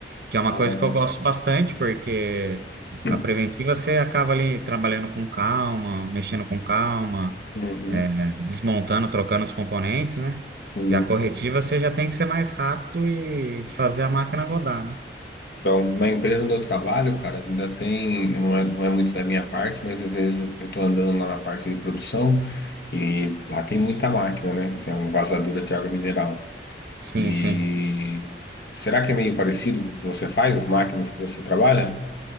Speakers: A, on the right; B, on the left.
A: que é uma
B: É.
A: coisa que eu gosto bastante, porque
B: <clears throat>
A: a preventiva você acaba ali trabalhando com calma, mexendo com calma,
B: Uhum.
A: é, desmontando, trocando os componentes, né?
B: Uhum.
A: E a corretiva você já tem que ser mais rápido e fazer a máquina rodar, né?
B: Então, na empresa onde eu trabalho, cara, ainda tem, não é, não é muito da minha parte, mas às vezes eu estou andando lá na parte de produção e lá tem muita máquina, né? Que é uma envasadura de água mineral.
A: Sim,
B: E
A: sim.
B: será que é meio parecido com o que você faz, as máquinas que você trabalha?